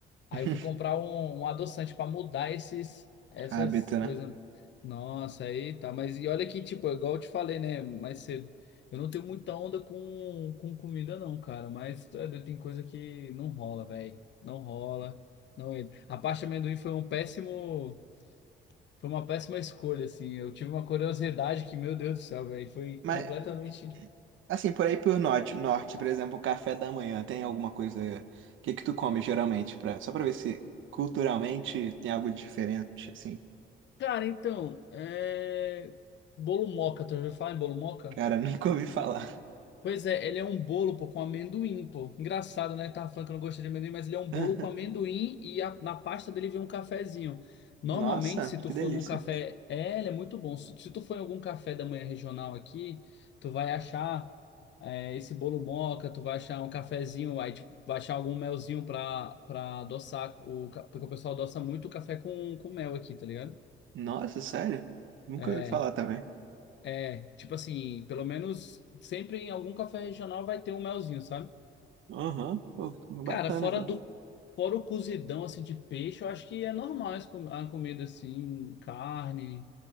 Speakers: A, on the left; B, on the right.
A: Aí
B: <laughs>
A: eu fui comprar um, um adoçante para mudar esses, essas
B: Hábito,
A: coisas.
B: né?
A: Nossa, aí tá. Mas e olha que, tipo, é igual eu te falei, né? Mais cedo. Eu não tenho muita onda com, com comida, não, cara. Mas tá, tem coisa que não rola, velho. Não rola. Não entra. A parte de amendoim foi um péssimo. Foi uma péssima escolha, assim. Eu tive uma curiosidade que, meu Deus do céu, velho. Foi
B: Mas,
A: completamente.
B: assim, por aí por norte, norte, por exemplo, café da manhã, tem alguma coisa... O que que tu come, geralmente, pra... só pra ver se culturalmente tem algo diferente, assim.
A: Cara, então. É... Bolo moca, tu já ouviu falar em bolo moca?
B: Cara, <laughs> nunca ouvi falar.
A: Pois é, ele é um bolo, pô, com amendoim, pô. Engraçado, né? Tava falando que eu não gostei de amendoim, mas ele é um bolo
B: <laughs>
A: com amendoim e a- na pasta dele vem um cafezinho. Normalmente,
B: Nossa,
A: se tu
B: que
A: for
B: delícia.
A: num café, é, ele é muito bom. Se, se tu for em algum café da manhã regional aqui, tu vai achar é, esse bolo moca, tu vai achar um cafezinho, aí tipo, vai achar algum melzinho pra, pra adoçar, o, ca- porque o pessoal adoça muito o café com, com mel aqui, tá ligado?
B: Nossa, sério? Nunca
A: É,
B: ouvi falar também.
A: é, tipo assim, pelo menos sempre em algum café regional vai ter um melzinho, sabe?
B: Aham, pô, bacana,
A: Cara, fora
B: cara.
A: do fora o cozidão assim de peixe, eu acho que é normal esse com- a comida assim, carne,